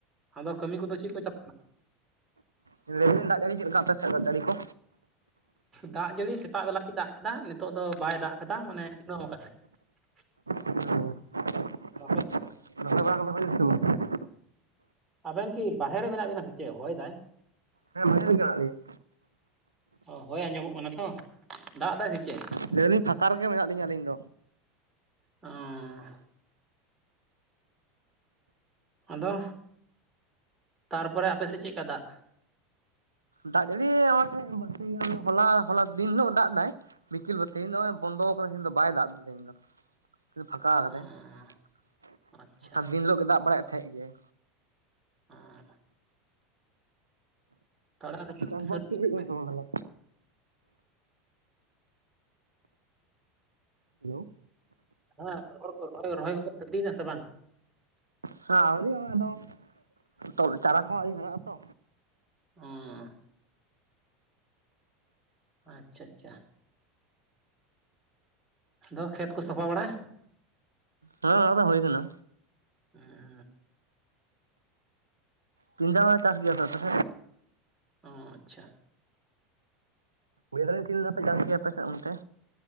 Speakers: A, on the right; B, on the right.
A: ᱟᱫᱚ ᱠᱟᱹᱢᱤ ᱠᱚᱫᱚ ᱪᱮᱫ ᱠᱚ ᱪᱟᱞᱟᱜ ᱠᱟᱱᱟ
B: ᱞᱟ. ᱭ ᱮᱫᱟᱞᱤᱧ ᱫᱟᱜ ᱡᱟᱹᱲᱤ ᱪᱮᱫ ᱞᱮᱠᱟ ᱟᱯᱮ ᱥᱮᱫ ᱫᱟᱜ ᱡᱟᱹᱲᱤ ᱠᱚ
A: ᱫᱟᱜ ᱡᱟᱹᱲᱤ ᱥᱮᱛᱟᱜ ᱵᱮᱞᱟ ᱜᱮᱭ ᱫᱟᱜ ᱠᱮᱫᱟ ᱱᱤᱛᱚᱜ ᱫᱚ ᱵᱟᱭ ᱫᱟᱜ ᱠᱟᱫᱟ ᱢᱟᱱᱮ ᱥᱤᱛᱝ ᱠᱟᱫᱟᱭ <unintelligible>
B: ᱦ <unintelligible> ᱵᱟᱲᱟ ᱠᱚᱫᱚ
A: ᱟᱯᱮ ᱥᱮᱫ
B: ᱦᱩᱭ ᱮᱱᱟ ᱥᱮ ᱵᱟᱝ
A: ᱟᱵᱮᱱ ᱠᱤ ᱵᱟᱦᱨᱮ ᱨᱮ ᱢᱮᱱᱟᱜ ᱵᱮᱱᱟ ᱥᱮ ᱪᱮᱫ ᱦᱚᱭ ᱮᱫᱟᱭ
B: ᱦᱮᱸ ᱵᱟᱭᱨᱮ ᱨᱮᱜᱮ ᱢᱮᱱᱟᱜ ᱞᱤᱧᱟ
A: ᱚ ᱦᱚᱭ ᱟᱸᱡᱚᱢᱚᱜ ᱠᱟᱱᱟ ᱛᱚ ᱫᱟᱜ ᱮᱫᱟᱭ ᱥᱮ ᱪᱮᱫ
B: ᱞᱟᱹᱭ ᱮᱫᱟ ᱞᱤᱧ ᱯᱷᱟᱸᱠᱟ ᱨᱮᱜᱮ ᱢᱮᱱᱟᱜ ᱞᱤᱧᱟᱹ ᱟᱹᱞᱤᱧ ᱫᱚ
A: ᱚᱸ ᱟᱫᱚ ᱛᱟᱨᱯᱚᱨᱮ ᱟᱯᱮᱥᱮᱫ ᱪᱮᱫ ᱞᱮᱠᱟ ᱫᱟᱜ
B: ᱫᱟᱜ ᱡᱟᱹᱲᱤ ᱱᱚᱜᱚᱭ ᱵᱟᱨᱥᱤᱧ ᱜᱟᱱ ᱦᱚᱞᱟ ᱦᱚᱞᱟ ᱫᱤᱱ ᱦᱤᱞᱳᱜ ᱫᱟᱜ ᱮᱫᱟᱭ ᱵᱤᱠᱤᱞ <unintelligible> ᱛᱮᱦᱤᱧ ᱫᱚ ᱱᱚᱜᱚᱭ ᱵᱚᱱᱫᱚ ᱟᱠᱟᱫᱟᱭ ᱫᱟ ᱵᱟᱭ ᱫᱟᱜ ᱮᱫᱟ ᱛᱮᱦᱤᱧ ᱫᱚ ᱛᱮᱦᱮᱧ ᱫᱚ ᱯᱷᱟᱠᱟ ᱟᱠᱟᱫᱟᱭ
A: ᱚ
B: <unintelligible>
A: ᱟᱪᱪᱷᱟ
B: ᱵᱟᱠᱷᱟᱡ ᱫᱤᱱ ᱦᱤᱞᱳᱜ ᱜᱮᱭ ᱫᱟᱜ ᱵᱟᱲᱟᱭᱮᱫ ᱛᱟᱦᱮᱸᱫ ᱜᱮᱭᱟᱭ
A: ᱚᱸ ᱛᱟᱲᱟ ᱨᱚᱦᱚᱭ
B: ᱪᱟᱥᱵᱟᱥ <unintelligible> ᱠᱟᱱᱟ
A: ᱠᱚᱯᱮ ᱥᱟᱹᱨᱫᱤ
B: ᱥᱮ
A: ᱦᱮᱸ
B: ᱵᱟᱝ ᱛᱟᱦᱞᱮ ᱦᱮᱞᱳ
A: ᱦᱮᱸ ᱨᱚᱦᱚᱲ ᱠᱚ ᱨᱚᱦᱚᱭ ᱠᱚᱯᱮ ᱨᱤᱫᱤᱭᱮᱱᱟ ᱥᱮ ᱵᱟᱝᱟ
B: ᱦᱮᱸ ᱟᱹᱣᱨᱤ ᱦᱚᱸ ᱟᱫᱚ ᱪᱟᱨᱟ ᱠᱚᱦᱚᱸ ᱟᱹᱣᱨᱤ ᱦᱟᱨᱟᱜ ᱟᱛᱚ
A: ᱚᱸ ᱟᱪᱪᱷᱟ ᱟᱪᱪᱷᱟ ᱟᱫᱚ ᱠᱷᱮᱛ ᱠᱚ ᱥᱟᱯᱷᱟ ᱵᱟᱲᱟᱜ
B: ᱦᱮᱸ ᱚᱱᱟᱠᱚᱫᱚ ᱦᱩᱭ ᱠᱟᱱᱟ
A: ᱦᱮᱸ
B: ᱛᱤᱱ ᱫᱷᱟᱣ ᱯᱮ ᱪᱟᱥ ᱜᱮᱭᱟ ᱟᱯᱮ ᱥᱮᱫ
A: ᱚᱸ ᱟᱪᱪᱷᱟ
B: ᱞᱟᱹᱭ ‌ᱫᱟᱞᱤᱧ‌ ᱛᱤᱱ ᱫᱷᱟᱣ ᱯᱮ ᱪᱟᱥ ᱜᱮᱭᱟ ᱟᱯᱮ ᱥᱮᱜ ᱚᱱᱛᱮᱼᱼ